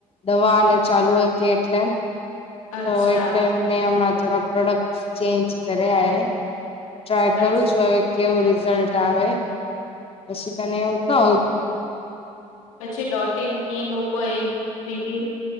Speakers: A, on the left (about 35°); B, on the left (about 75°).
A: દવા અને ચાલુ હતી એટલે
B: અચ્છા
A: તો એટલે મેં હમણાં થોડા પ્રોડક્ટ ચેન્જ કર્યા એ ટ્રાય
B: અચ્છા
A: કરું છું હવે કેવું રિઝલ્ટ આવે પછી તને એવું કવ
B: પછી ડોટ એન ક ન કોઈ રિવ્યુ